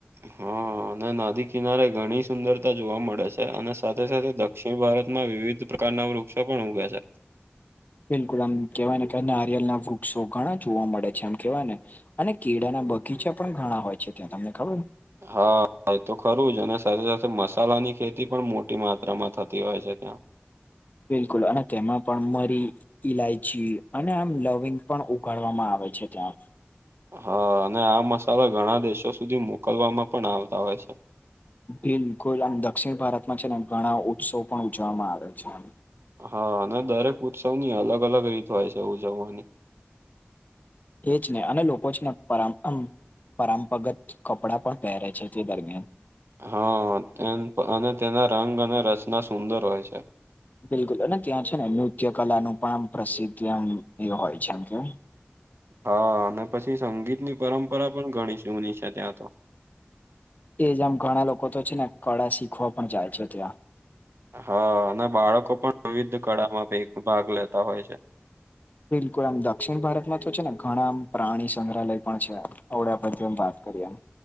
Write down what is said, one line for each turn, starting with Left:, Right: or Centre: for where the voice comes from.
Right: હા અને નદી કિનારે ઘણી સુંદરતા જોવા મળે છે, અને સાથે સાથે દ દક્ષિણ ભારતમાં વિવિધ પ્રકારના વૃક્ષો પણ ઉગે છે.
Left: બિલકુલ આમ કેવાય ને નારિયળના વૃક્ષો ઘણા જોવા મળે છે, આમ કેવાય ને અને કેળાના બગીચા પણ ઘણા હોય છે, ત્યાં તમને ખબર
Right: હા તો ખરું જ અને સાથે સાથે મસાલાની ખેતી પણ મોટી માત્રામાં થતી હોય છે, ત્યાં
Left: બિલકુલ અને તેમાં પણ મરી ઈલાયચી અને આમ લવિંગ પણ ઉગાડવામાં આવે છે, ત્યા
Right: હા અને આ મસાલા ઘણા દેશો સુધી મોકલવામાં પણ આવતા હોય છે.
Left: બિલકુલ આમ દક્ષિણ ભારતમાં છેને, ઘણા ઉત્સવ પણ ઉજવવામાં આવે છે.
Right: હા અને દરેક ઉત્સવની અલગ અલગ રીત હોય છે, ઉજવવાની
Left: એ જ ને અને લોકો છે ને પર પરંપરાગત કપડાં પણ પહેરે છે તે દરમિયાન
Right: હા એ અને તેના રંગ અને રચના સુંદર હોય છે.
Left: બિલકુલને ત્યાં છે ને નૃત્ય કલા નું પણ પ્રસિદ્ધ એમ એ હોય છે એમ કે
Right: હા અને પછી સંગીતની પરંપરા પણ ઘણી જૂની છે ત્યાં તો
Left: એ જ આમ ઘણા લોકો તો છે ને કળા શીખવા પણ જાય છે ત્યાં
Right: હા અને બાળકો પણ વિવિધ કળામાં ભાગ લેતા હોય છે.
Left: બિલકુલ આમ દક્ષિણ ભારતમાં તો છે ને ઘણા આમ પ્રાણી સંગ્રહાલય પણ છે અડ પરથી વાત કરીએમ